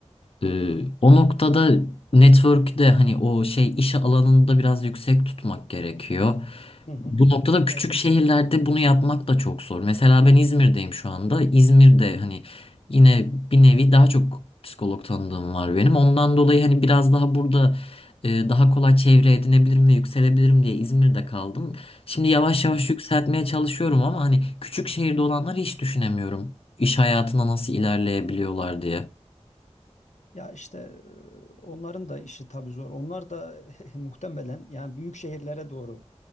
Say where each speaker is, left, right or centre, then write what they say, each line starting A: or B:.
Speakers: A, on the left; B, on the left.
A: Ee, o noktada network'ü de hani o şey iş alanında biraz yüksek tutmak gerekiyor.
B: Hı hı.
A: Bu noktada küçük
B: Evet.
A: şehirlerde bunu yapmak da çok zor. Mesela ben İzmir'deyim şu anda. İzmir'de hani yine bir nevi daha çok psikolog tanıdığım var benim. Ondan dolayı hani biraz daha burada e, daha kolay çevre edinebilirim ve yükselebilirim diye İzmir'de kaldım. Şimdi yavaş yavaş
B: Hı hı.
A: yükseltmeye çalışıyorum ama hani küçük şehirde olanları hiç düşünemiyorum. İş hayatına nasıl ilerleyebiliyorlar diye.
B: Ya işte e, onların da işi tabii zor. Onlar da <laughs> muhtemelen yani büyük şehirlere doğru